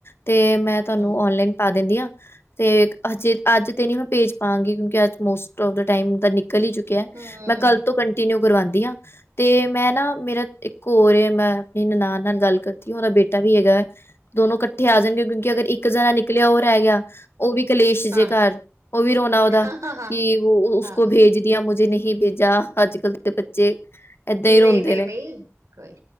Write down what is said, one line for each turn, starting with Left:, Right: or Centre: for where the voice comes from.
Left: ਤੇ ਮੈਂ ਤੁਹਾਨੂੰ
Right: ਹੂੰ
Left: ਓਨਲਾਈਨ ਪਾ ਦਿੰਦੀ ਆ। ਤੇ ਅਜੇ ਅੱਜ ਤੇ ਨਹੀਂ ਮੈਂ ਭੇਜ ਪਾਂਗੀ ਕਿਉਂਕਿ ਅੱਜ ਮੋਸਟ ਆਫ ਦਾ ਟਾਈਮ ਦਾ ਨਿਕਲ ਹੀ ਚੁੱਕ ਕਿਆ
Right: ਹੂੰ
Left: ਮੈਂ ਕੱਲ ਤੋਂ ਕੰਟੀਨਿਊ ਕਰਵਾਉਂਦੀ ਹਾਂ ਤੇ ਮੈਂ ਨਾ ਮੇਰਾ ਇੱਕ ਹੋਰ ਮੈਂ ਆਪਣੀ ਨਨਾਨ ਨਾਲ ਗੱਲ ਕਰਤੀ ਉਹਦਾ ਬੇਟਾ ਵੀ ਹੈਗਾ। ਦੋਨੋ ਕੱਠੇ ਆ ਜਾਣਗੇ ਕਿਉਂਕਿ ਅਗਰ ਇੱਕ ਜਾਣਾ ਨਿਕਲਿਆ ਉਹ ਰਹਿ ਗਿਆ ਉਹ ਵੀ ਕਲੇਸ਼ ਜੇ
Right: ਹਾਂ
Left: ਘਰ ਉਹ ਵੀ ਰੋਨਾ ਉਹਦਾ
Right: ਹਾਂ ਹਾਂ ਹਾਂ
Left: ਕਿ ਉਹ
Right: ਹਾਂ
Left: ਉਸਕੋ
Right: ਹਾਂ
Left: ਭੇਜ ਆ ਮੁਝੇ ਨਹੀਂ ਭੇਜਾ ਅੱਜ ਕੱਲ ਦੇ ਬੱਚੇ ਏਦਾਂ
Right: ਨਹੀਂ-
Left: ਹੀ ਰੋਂਦੇ
Right: ਨਹੀਂ- ਨਹੀਂ
Left: ਨੇ
Right: ਕੋਈ